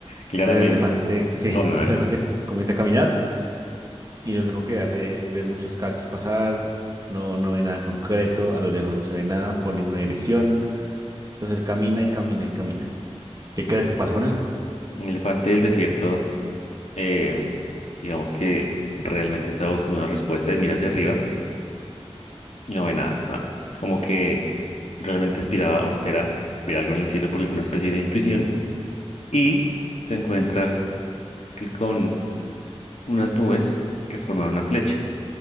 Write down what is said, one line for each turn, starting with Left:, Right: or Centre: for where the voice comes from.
Left: Claramente.
Right: Entonces el elefante, sí,
Left: Bueno,
Right: <laughs>
Left: dale.
Right: el elefante comienza a caminar Y lo único que hace es ver muchos cactus pasar, no, no ve nada concreto, a lo lejos no se ve nada por ninguna dirección. Entonces él camina y camina y camina. ¿Qué crees que pasa con él?
Left: Elefante del desierto eh, digamos que realmente estaba buscando una respuesta y mira hacia arriba y no ve nada. nada. Como que realmente aspiraba o espera ver algo en el cielo por alguna especie de intuición y se encuentra que con unas nubes que forman una flecha